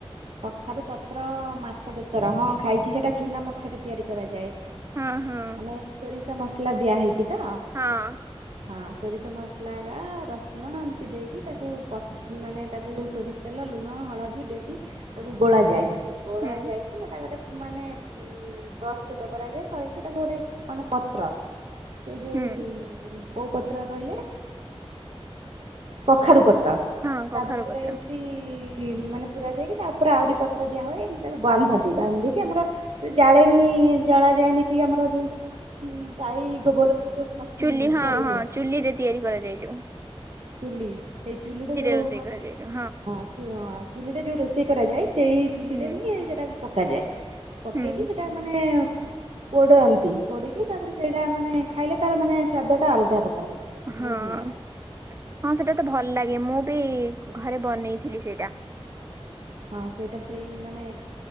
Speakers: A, on the right; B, on the right.
A: କଖାରୁ ପତ୍ର ମାଛ ବେସର ହଁ ଖାଇଛି, ସେଟା ଚୁନା ମାଛରେ ତିଆରି କରାଯାଏ।
B: ହଁ ହଁ।
A: ମାନେ ସୋରିଷ ମସଲା ଦିଆ ହେଇକି ତ?
B: ହଁ।
A: ହଁ ସୋରିଷ ମସଲା ଗା ରସୁଣ ଏମତି ଦେଇକି ତାକୁ ପତ ମାନେ ତାକୁ ସୋରିଷ ତେଲ ଲୁଣ ହଳଦୀ ଦେଇକି ତାକୁ ଗୋଳାଯାଏ, ଗୋଳା
B: ହୁଁ
A: ଯାଇକି ସେଟା ଗୋଟେ ମାନେ ପ୍ରସ୍ତୁତ କରାଯାଏ କରିକି ତାକୁ ଗୋଟେ ମାନେ ପତ୍ର ସେ ଯୋଉ
B: ହୁଁ
A: କୋଉ ପତ୍ର କହିଲେ? କଖାରୁ ପତ୍ର।
B: ହଁ କଖାରୁ
A: ତା ଭିତରେ
B: ପତ୍ର।
A: ଏମତି ମାନେ ପୁରା ଯାଇକି ତା ଉପରେ ଆହୁରି ପତ୍ର ଦିଆ ହୁଏ, ଏମିତି ତାକୁ ବାନ୍ଧନ୍ତି। ବାନ୍ଧିକି ଆମର ଜାଳେଣି ଜଳା ଯାଏନି କି? ଆମର ଯୋଉ। ଗାଈ ଗୋବର ରୁ ଯୋଉ ଘଷି
B: ଚୁଲି
A: ତିଆରି
B: ହଁ ହଁ
A: ହୁଏ?
B: ଚୁଲିରେ ତିଆରି କରାଯାଏ ଯୋଉ
A: ଚୁଲି, ସେଇ ଚୁଲିରେ ଯୋଉ
B: ରୋଷେଇ
A: ମାନେ
B: କରାଯାଏ ଯୋଉ
A: ହଁ ହଁ ଚୁଲିରେ ଯୋଉ ରୋଷେଇ କରାଯାଏ, ସେଇ ଚୁଲିରେ
B: ହୁଁ
A: ହିଁ ସେଟାକୁ ପକାଯାଏ। ପକେଇକି
B: ହୁଁ
A: ସେଟା ମାନେ ପୋଡନ୍ତି, ପୋଡିକି ତାପରେ ସେଇଟା ମାନେ ଖାଇଲେ ତାର ମାନେ ସ୍ଵାଦ ଟା ଅଲଗା ପ୍ରକାର ଲାଗେ।
B: ହଁ-ଅଁ
A: ବହୁତ ନିଆରା
B: ହଁ ସେଇଟା ତ ଭଲ ଲାଗେ, ମୁଁ ବି ଘରେ ବନେଇଥିଲି ସେଇଟା।
A: ହଁ ସେଇଟା ସେଇ ମାନେ